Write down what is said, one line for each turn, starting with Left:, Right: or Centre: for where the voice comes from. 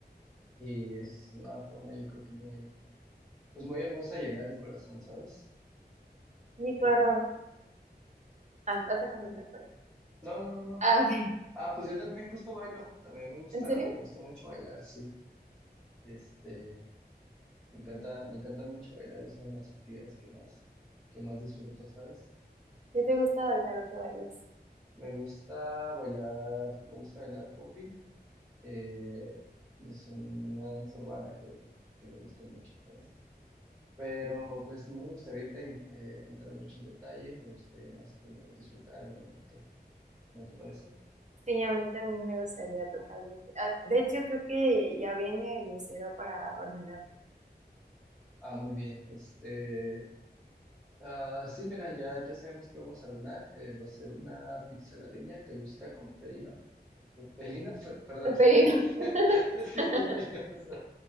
Centre: y es una forma yo creo que muy, pues muy hermosa de llenar el corazón, ¿sabes?
Right: Sí,
Centre: Yo-
Right: claro. Ah, vas a continuar, perdón.
Centre: no, no, no, no.
Right: Ah, ok.
Centre: Ah, pues yo también justo bailo, también me gusta,
Right: ¿En serio?
Centre: me gusta mucho bailar, sí. Este, me encanta, me encanta mucho bailar y son las actividades que más, que más disfruto, ¿sabes?
Right: ¿Qué te gusta bailar o qué bailas?
Centre: Me gusta bailar, me gusta bailar popping, eh, es una danza urbana que, que me gusta mucho, ¿sabes? Pero pues no me gustaría ahorita en- eh, entrar mucho en detalle, me gustaría más como disfrutar el momento, ¿no te parece?
Right: Sí, a mí también me gustaría totalmente. Ah, de hecho, creo que ya viene el mesero para ordenar
Centre: Ah, muy bien. Este, ah, sí, mira, ya, ya sabemos que vamos a ordenar. eh, va a ser una pizza a la leña. ¿Te gusta con pepperino Peperino, Pe- perdón,
Right: el
Centre: es
Right: pedido.
Centre: que estoy,
Right: <laughs>
Centre: <laughs> es que estoy nervioso.